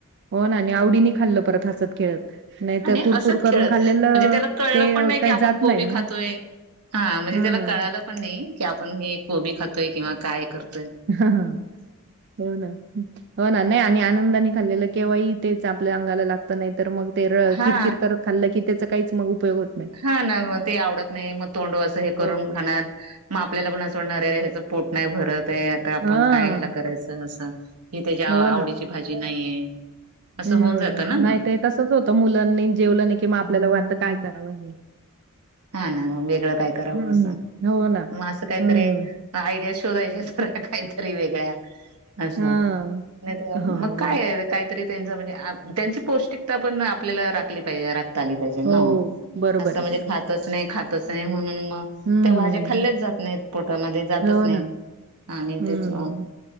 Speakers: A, on the right; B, on the right.
A: हो ना नाही आवडीनी खाल्ल परत हसत खेळत नाहीत
B: आणि
A: कुरकुर
B: असंच
A: करून
B: खेळत
A: खाल्लेलं,
B: म्हणजे त्याला कळलं
A: ते
B: पण नाही की
A: काही
B: आपण
A: जात
B: कोबी
A: नाही.
B: खातोय हा म्हणजे
A: हां.
B: त्याला कळालं पण नाही की आपण हे कोबी खातोय किंवा काय करतो.
A: हा- हा हो ना हो ना नाही आणि आनंदाने खाल्लेलं केव्हाही तेच आपल्या अंगाला लागत नाही तर मग, ते
B: हा
A: किरकिर करत खाल्लं की त्याचा काहीच मग उपयोग होत नाही.
B: हा ना मग ते आवडत नाही मग तोंड असं हे करून
A: हो.
B: खाणार, मग आपल्याला पण असं वाडणाररे ह्याच पोट नाही भरत आहे आता आपण
A: हां.
B: काय ह्याला करायचं असं, ही त्याच्या
A: हो
B: आवडीची
A: ना.
B: भाजी नाहीये, असं
A: हम्म
B: होऊन जातं ना मग.
A: नाही ती तसच होतं मुलांनी जेवलं नाही कि मग आपल्याला वाटत काय करावं हे
B: हा ना मग वेगळं काय करावं
A: हम्म,
B: असं
A: हो ना.
B: मग असं काहीतरी
A: हम्म,
B: आयडिया शोधायच्या सारखं काहीतरी वेगळ्या असं
A: हां.
B: नाही तर
A: हां,
B: मग
A: हो
B: काय
A: ना.
B: काय हां त्यांची म्हणजे त्यांची पौष्टिकता पण आपल्याला राखली पाहिजे राख खाल्ली पाहिजे ना
A: हो, बरोबर
B: असं
A: आहे,
B: म्हणजे
A: बरोबर.
B: खातच नाही खातच नाही म्हणून मग
A: हम्म,
B: त्या भाज्या खाल्ल्याच जात नाहीत पोटामध्ये जातच
A: हो
B: नाहीत
A: ना.
B: आणि
A: हम्म,
B: त्याच